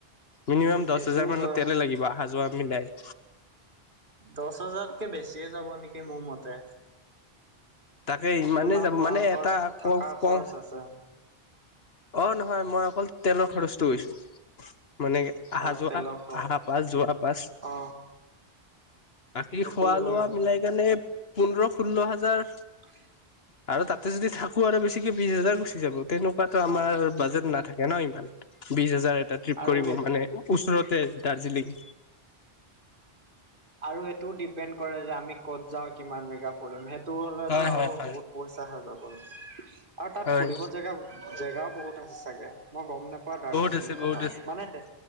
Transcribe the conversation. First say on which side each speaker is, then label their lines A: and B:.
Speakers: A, on the left; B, on the right.
A: মিনিমাম দছ
B: সেইটোও
A: হোজাৰ মানৰ
B: হয়
A: তেলে লাগিব অহা যোৱা মিলাই।
B: দছ হাজাৰতকে বেছিয়ে যাব নেকি মোৰ মতে।
A: তাকে ইমানে
B: তোমাৰ
A: যাব
B: খোৱা
A: মানে
B: খৰচ
A: এটা
B: থকা
A: ক কওঁ
B: খৰচ আছে
A: অ নহয় মই অকল তেলৰ খৰচটো কৈছোঁ, মানে কে আহা
B: অ
A: যোৱা
B: তেলৰ খৰচ
A: আহা পাছ যোৱা পাছ
B: অ
A: বাকী
B: সেইটোও
A: খোৱা
B: হয়
A: লোৱা মিলাই কেনে পোন্ধৰ ষোল্ল হাজাৰ
B: <inaudible>
A: আৰু তাতে যদি থাকো আৰু বেছিকে বিশ হাজাৰ গুচি যাব, তেনকুৱাতো আমাৰ
B: অ
A: বাজেট নাথাকে ন ইমান। বিশ হাজাৰ এটা ট্ৰিপ
B: আৰু
A: কৰিব
B: সেই
A: মানে ওচৰতে দাৰ্জিলিং।
B: আৰু এইটোও ডিপেণ্ড কৰে যে আমি ক'ত যাওঁ কিমান জেগা ফুৰিম, সেইটো হ'লেতো
A: হয়
B: আৰু
A: হয় হয়
B: বহুত পইচা হে যাব, আৰু তাত
A: হয়
B: ফুৰিব জেগা জেগাও বহুত আছে চাগে মই গম নেপ নেপাওঁ দাৰ্জিলিং
A: বহুত আছে
B: কথা
A: বহুত আছে
B: মানে দে